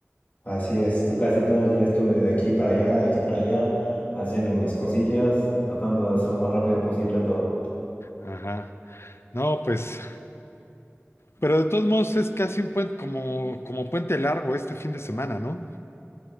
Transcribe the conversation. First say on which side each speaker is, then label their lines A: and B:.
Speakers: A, on the left; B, on the left.
A: Así es, to- casi todo el día estuve de aquí para allá, de aquí para allá, haciendo unas cosillas, tratando de hacer lo más rápido posible todo.
B: Ajá. No, pues, pero de todos modos es casi un puente, como, como puente largo este fin de semana, ¿no?